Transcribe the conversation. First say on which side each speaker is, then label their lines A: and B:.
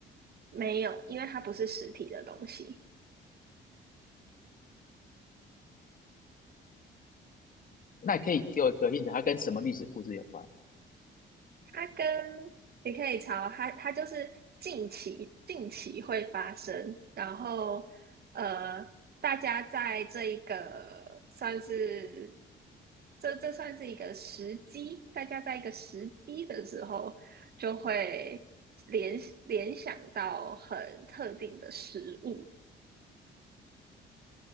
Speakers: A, on the right; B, on the left.
A: 没有，因为它不是实体的东西。
B: 那你可以给我一个 hint，它跟什么历史故事有关？
A: 它跟你可以查哦，它它就是近期近期会发生，然后呃，大家在这一个算是这这算是一个时机，大家在一个时机的时候就会联联想到很特定的食物，